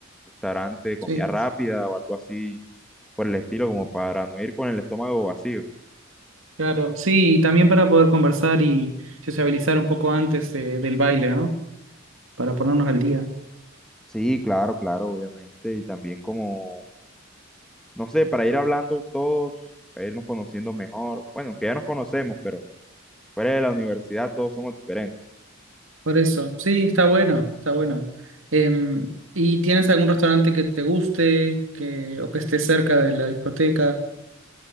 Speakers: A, in the centre; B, on the right.
A: restaurante, comida
B: Sí.
A: rápida o algo así por el estilo, como para no ir con el estómago vacío.
B: Claro, sí, y también para poder conversar y sociabilizar un poco antes eh, del baile, ¿no? Para ponernos al día.
A: Sí, claro, claro, obviamente. Y también como, no sé, para ir hablando todos, para irnos conociendo mejor. Bueno, que ya nos conocemos, pero fuera de la universidad todos somos diferentes.
B: Por eso, sí, está bueno, está bueno. Em, ¿y tienes algún restaurante que te guste que, o que esté cerca de la discoteca?